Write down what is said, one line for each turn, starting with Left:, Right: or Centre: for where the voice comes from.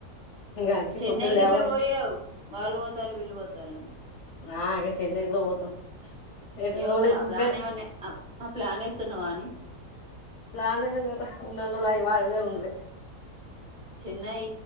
Left: ఇంగ అందుకే
Centre: చెన్నైకి
Left: పొద్దున లేవగానే
Centre: ఇట్లా పోయావు వాళ్ళు పోతారు వీళ్ళు పోతారు అని
Left: ఆ ఇగ చెన్నై కూడా పోతాం ఎటు
Centre: ఏమో
Left: పోలే
Centre: మరి ఆ
Left: ఇంటికానే
Centre: ప్లాన్ ఏమన్నా ఆ ప్లాన్ ఎతున్నావా అని
Left: పలానే ఉన్నందలోయి వాళ్ళలే ఉండలే
Centre: చెన్నై